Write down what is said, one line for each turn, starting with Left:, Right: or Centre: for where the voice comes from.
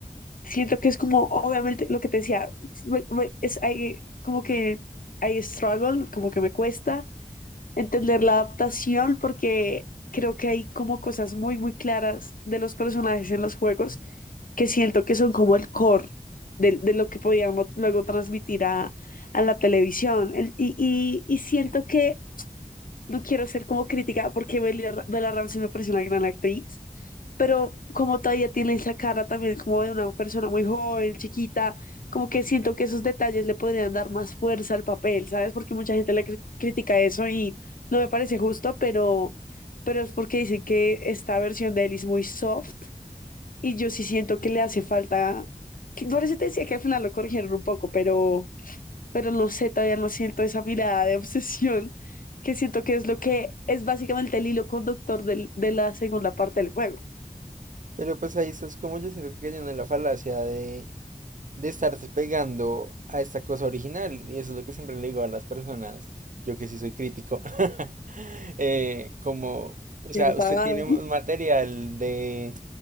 Left: siento que es como, obviamente, lo que te decía, me- me- es hay- como que hay struggle, como que me cuesta entender la adaptación porque creo que hay como cosas muy, muy claras de los personajes en los juegos que siento que son como el core de, de lo que podíamos luego transmitir a, a la televisión. El- Y, y, y siento que no quiero ser como crítica porque Bella, Bella Ramsey me parece una gran actriz, pero como todavía tiene esa cara también como de una persona muy joven, chiquita, como que siento que esos detalles le podrían dar más fuerza al papel, ¿sabes? Porque mucha gente le cri- critica eso y no me parece justo, pero, pero es porque dicen que esta versión de él es muy soft y yo sí siento que le hace falta, que, por eso te decía que al final lo corrigieron un poco, pero pero no sé, todavía no siento esa mirada de obsesión que siento que es lo que es básicamente el hilo conductor del- de la segunda parte del juego.
Right: Pero pues ahí estás como yo siento que cayendo en la falacia de de estarse pegando a esta cosa original. Y eso es lo que siempre le digo a las personas, yo que sí soy crítico, <laughs> eh, como, o sea,
Left: ¿Verdad?
Right: usted tiene un material de,